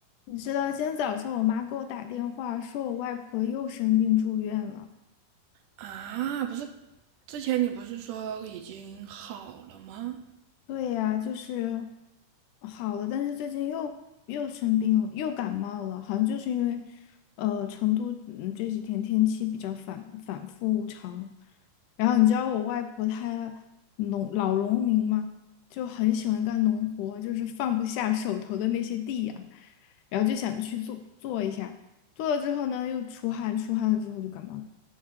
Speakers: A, on the left; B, on the right.
A: 你知道今天早上我妈给我打电话，说我外婆又生病住院了。
B: 啊，不是，之前你不是说已经好了吗？
A: 对呀，就是好了，但是最近又又生病了，又感冒了，好像就是因为呃成都嗯这几天天气比较反反复无常。然后你知道我外婆她农老农民嘛，就很喜欢干农活，就是放不下手头的那些地呀、然后就想去做做一下，做了之后呢又出汗，出汗了之后就感冒了。